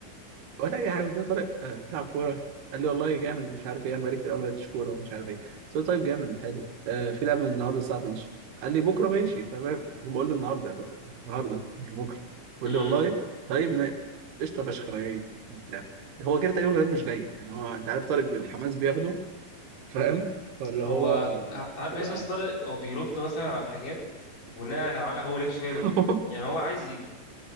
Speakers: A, on the right; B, on the left.
A: ولا اي حاجه قلت له طارق آه، تلعب كوره قال لي والله جامد مش عارف ايه انا بقالي كتير قوي ما لعبتش كوره ومش عارف ايه قلت له طيب جامد حلو آه، في لعبه النهارده الساعه 12 قال لي بكره ماشي تمام بقول له النهارده يا طارق النهارده مش بكره بيقول
B: امم
A: لي والله طيب ما- قشطه فشخ انا جاي وبتاع هو كده تقريبا غالبا مش جاي يعني هو انت عارف طارق بالحماس بياخده فاهم فاللي
B: هو
A: هو
B: تعرف
A: يبقى
B: بحيث مثلا طارق هو بيرد مثلا على حاجات بناء على هو نفسه
A: <laughs>
B: يعمل ايه يعني هو عايز يجي